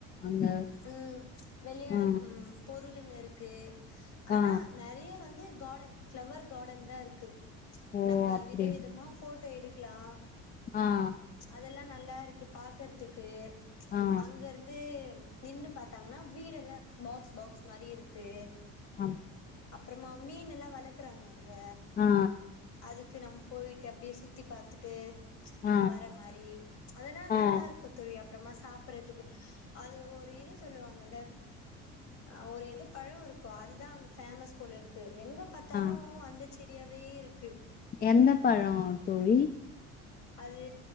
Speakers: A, on the left; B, on the left.
A: அங்க
B: ம் வெளையாட
A: ஆ
B: ம் போ ளுங்க இருக் க்கு ஆனா
A: ஆ
B: நெறைய வந்து கார்டன் ஃப்ளவர் கார்டன் தா இருக்கு
A: ஓ
B: நம்ம
A: அப்டி
B: வித விதமா ஃபோட் த்த எடுக்கலா
A: ஆ
B: அதெல்லா நல்லா இருக்கு பாக்றதுக்கு
A: ஆ
B: அங்க இருந்து நின்னு பாத்தாங்கனா வீடு எல்லா ஃபாக்ஸ் ஃபாக்ஸ் மாரி இருக்கு
A: ஆ
B: அப்றம்மா மீனுல்லா வளத் க்கறங்க ங்க
A: ஆ
B: அதுக் க்கு நம்ம போயிட்டு அப்டியே சுத்தி பாத்துட்டு
A: ஆ
B: வர மாரி அதெல்லா
A: ஆ ஆ
B: நல்லா இருக்கோ தோழி அப்றமா சாப்பறத்துக்கு அது ஒரு இது சொல்லுவாங்கல்ல ஆ ஒரு எதோ பழோ இருக் ஓ அதுதா ம் ஃபேமஸ் போல இருக் எங்க பாத்தாலு
A: ஆ
B: அந்த ச்செடி டியாவே இருக்கு
A: எந்த பழோ தோழி
B: அது